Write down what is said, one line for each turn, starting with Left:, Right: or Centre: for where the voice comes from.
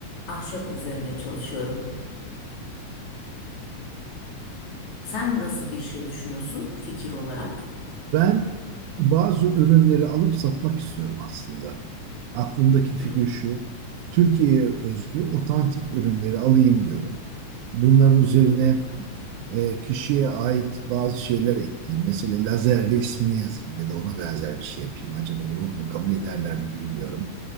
Left: Ahşap üzerine çalışıyorum. Sen nasıl bir şey düşünüyorsun fikir olarak?
Right: Ben bazı ürünleri alıp satmak istiyorum aslında. Aklımdaki fikir
Left: Hı.
Right: şu. Türkiye'ye özgü otantik ürünleri alayım diyorum. Bunların üzerine
Left: Çok güzel.
Right: e, kişiye ait bazı şeyler ekleyeyim. Mesela lazerle ismini yazayım ya da ona benzer bir şey yapayım. Acaba olur mu? Kabul ederler mi bilmiyorum.